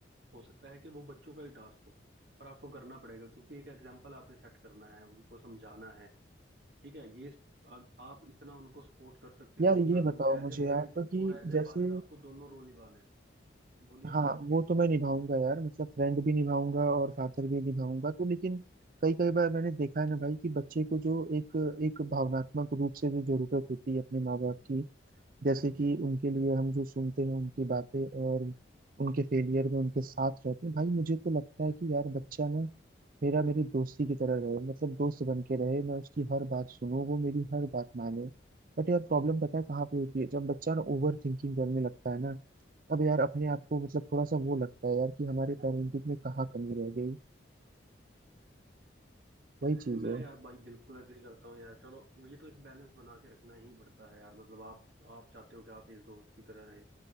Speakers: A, on the right; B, on the right.
A: हो सकता है कि वो बच्चों का ही टास्क हो पर आपको करना पड़ेगा क्योंकि एक एग्जाम्पल आपने सेट करना है उनको समझाना है ठीक है ये इस- आ- आप इतना उनको सपोर्ट कर सकते
B: यार
A: हो इतना
B: ये बताओ
A: एज
B: मुझे
A: ए फ्रेंड
B: आप कि
A: और एज ए
B: जैसे
A: फादर आपको दोनों रोल निभाने हैं बोलिए
B: हाँ वो तो मैं निभाऊंगा यार मतलब फ्रेंड भी निभाऊंगा और फादर भी निभाऊंगा तो लेकिन कई कई बार मैंने देखा है ना भाई कि बच्चे को जो एक एक भावनात्मक रूप से जो जरूरत होती है अपने माँ बाप की जैसे कि उनके लिए हम जो सुनते हैं उनकी बातें और उनके फेलियर में उनके साथ रहते हैं भाई मुझे तो लगता है कि यार बच्चा ना मेरा मेरी दोस्ती की तरह रहे मतलब दोस्त बन के रहे मैं उसकी हर बात सुनूं वो मेरी हर बात माने बट यार प्रॉब्लम पता है कहाँ पे होती है जब बच्चा ना ओवर थिंकिंग करने लगता है ना तब यार अपने आप को मतलब थोड़ा सा वो लगता है यार कि हमारे पेरेंटिंग में कहाँ कमी रह गई वही चीज
A: मैं
B: है
A: यार भाई बिल्कुल एग्री करता हूँ यार चलो ये तो एक बैलेंस बना के रखना ही पड़ता है यार मतलब आप आप चाहते हो कि आप इस दोस्त की तरह रहे